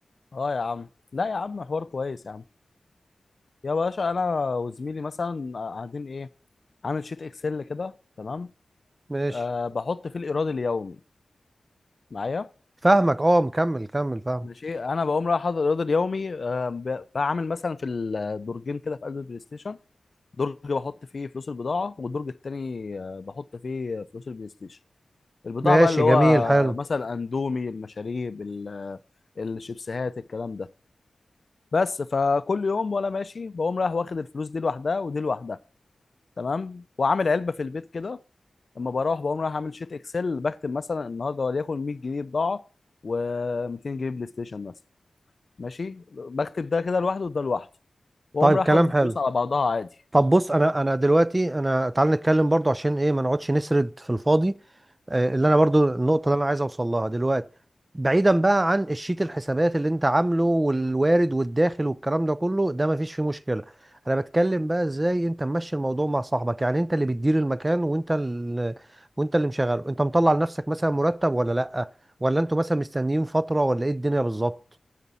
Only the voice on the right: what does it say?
ماشي
فاهمك اه مكمل كمل فاهم
ماشي
جميل
حلو
طيب
كلام
حلو
طب بص انا انا دلوقتي انا تعال نتكلم برضو عشان ايه ما نقعدش نسرد في الفاضي آه، اللي انا برضو النقطه اللي انا عايز اوصل لها دلوقتي بعيدا بقى عن الشيت الحسابات اللي انت عامله والوارد والداخل والكلام ده كله ده ما فيش فيه مشكله انا بتكلم بقى ازاي انت ممشي الموضوع مع صاحبك يعني انت اللي بتدير المكان وانت اللي وانت اللي مشغله انت مطلع لنفسك مثلا مرتب ولا لا ولا انتوا مثلا مستنيين فتره ولا ايه الدنيا بالظبط